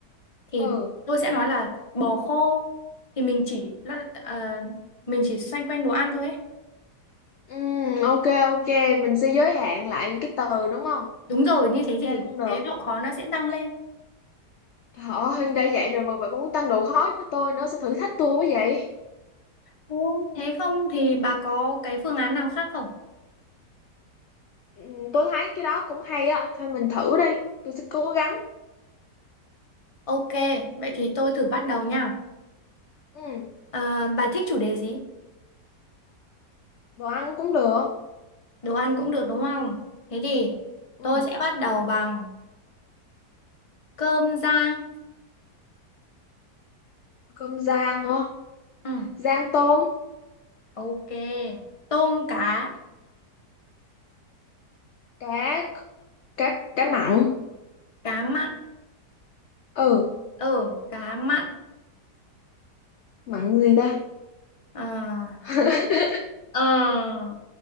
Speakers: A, on the left; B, on the left.
A: Thì
B: Ừ.
A: tôi sẽ nói là bò khô thì mình chỉ ờ, mình chỉ xoay quanh đồ ăn thôi ấy.
B: Ừ, ok ok, mình sẽ giới hạn lại những cái từ đúng không?
A: Đúng rồi, như
B: Ok
A: thế thì
B: cũng được.
A: cái độ khó nó sẽ tăng lên.
B: Trời ơi, đã vậy rồi mà bà cũng tăng độ khó cho tôi nữa, sao thử thách tôi quá vậy?
A: Ồ, Thế không thì bà có cái phương án nào khác không?
B: Ừ, tôi thấy cái đó cũng hay á, thôi mình thử đi, tôi sẽ cố gắng.
A: Ok, vậy thì tôi thử bắt đầu nha.
B: Ừ,
A: Ờ, bà thích chủ đề gì?
B: đồ ăn cũng được.
A: Đồ ăn cũng được đúng không? Thế thì
B: Ừ,
A: tôi sẽ bắt đầu bằng cơm rang.
B: cơm rang hả?
A: Ừ,
B: Rang tôm,
A: ok. Tôm cá,
B: cá cá cá mặn.
A: cá mặn.
B: Ừ,
A: Ờ, cá mặn.
B: mặn gì ta?
A: Ờ,
B: <laughs>
A: ờ,